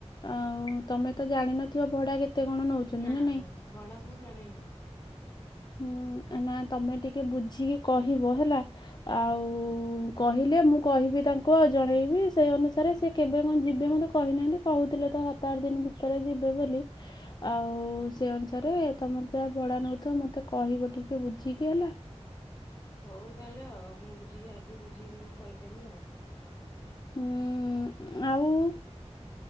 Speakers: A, on the left; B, on the left.
A: ଆଉ ତମେ ତ ଜାଣିନଥିବ ଭଡ଼ା କେତେ? କଣ ନଉଛନ୍ତି
B: ନା
A: ନାଇଁ?
B: ନା ଭଡ଼ା ମୁଁ ଜାଣିନି।
A: ହୁଁ ନା ତମେ ଟିକେ ବୁଝିକି କହିବ ହେଲା? ଆଉ କହିଲେ ମୁଁ କହିବି ତାଙ୍କୁ ଆଉ ଜଣେଇବି ସେଇ ଅନୁସାରେ ସେ କେବେ କଣ ଯିବେ ମତେ କହିନାହାନ୍ତି କହୁଥିଲେ ତ ସାତ ଆଠ ଦିନ ଭିତରେ ଯିବେ ବୋଲି। ଆଉ ସେ ଅନୁସାରେ ତମର ଯାହା ଭଡ଼ା ନଉଥିବ ମତେ କହିବ ଟିକେ ବୁଝିକି ହେଲା?
B: ହଉ ତାହେଲେ ଆଉ ମୁଁ ବୁଝିକି ଆଜି ବୁଝିକି ତମୁକୁ କହିଦେମି ଆଉ।
A: ହୁଁ ଆଉ